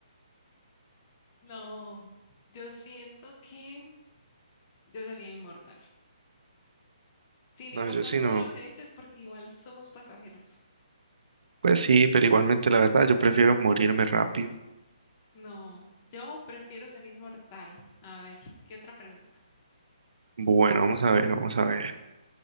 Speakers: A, on the left (about 25°); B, on the right (about 75°).
A: no, yo siento que yo sería inmortal. sin
B: No,
A: importar
B: yo sí
A: todo
B: no.
A: lo que dices, porque igual somos pasajeros.
B: Pues sí, pero igualmente la verdad, yo prefiero morirme rápido.
A: No, yo prefiero ser inmortal. A ver, ¿qué otra pregunta?
B: Bueno, vamos a ver, vamos a ver.